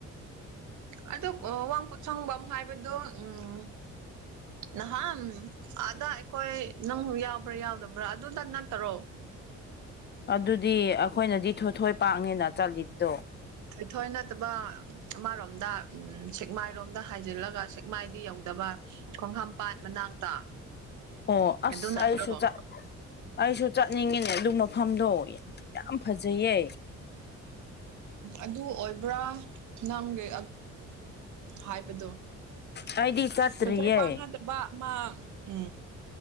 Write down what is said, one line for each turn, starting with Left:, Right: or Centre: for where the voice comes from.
Right: ꯑꯗꯨ ꯑꯋꯥꯡꯄꯣꯠꯁꯪꯐꯝ ꯍꯥꯏꯕꯗꯣ ꯎꯝ ꯅꯍꯥꯟ ꯑꯗ ꯑꯩꯈꯣꯏ ꯅꯪ ꯌꯥꯎꯕ꯭ꯔꯥ ꯌꯥꯎꯗꯕ꯭ꯔꯥ ꯑꯗꯨꯗ ꯅꯠꯇꯔꯣ
Left: ꯑꯗꯨꯗꯤ ꯑꯩꯈꯣꯏꯅꯗꯤ ꯊꯣꯏꯊꯣꯏ ꯄꯥꯛꯉꯦꯅ ꯆꯠꯂꯤꯠꯇꯣ
Right: ꯏꯣꯏ ꯊꯣꯏ ꯅꯠꯇꯕ ꯑꯃꯔꯣꯝꯗ ꯎ ꯁꯦꯛꯃꯥꯏꯔꯣꯝꯗ ꯍꯥꯏꯖꯤꯜꯂꯒ ꯁꯦꯛꯃꯥꯏꯗꯤ ꯌꯧꯗꯕ ꯈꯣꯛꯍꯝꯄꯥꯠ ꯃꯅꯥꯛꯇ
Left: ꯑꯣ ꯑꯁ
Right: ꯑꯗꯨ ꯅꯠꯇ꯭ꯔꯣ
Left: ꯑꯩꯁꯨ ꯆꯠ ꯑꯩꯁꯨ ꯆꯠꯅꯤꯛꯉꯦꯅꯦ ꯑꯗꯨ ꯃꯐꯝꯗꯣ ꯌꯥꯝ ꯐꯖꯩꯌꯦ
Right: ꯑꯗꯨ ꯑꯣꯏꯕ꯭ꯔꯥ ꯅꯪꯒꯤ ꯍꯥꯏꯕꯗꯣ
Left: ꯑꯩꯗꯤ ꯆꯠꯇ꯭ꯔꯤꯌꯦ
Right: ꯊꯣꯏꯊꯣꯏ ꯄꯥꯛꯅꯗꯕ ꯑꯃ ꯎ